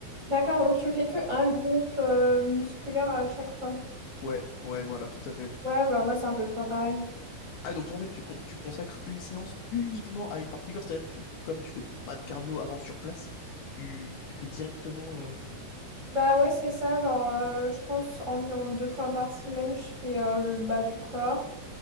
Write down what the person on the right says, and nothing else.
D'accord, donc tu fais que un groupe euh, musculaire à chaque fois.
Ouais, bah moi c'est à peu près pareil.
Bah ouais, c'est ça, genre euh, je pense environ deux fois par semaine, je fais euh, le bas du corps.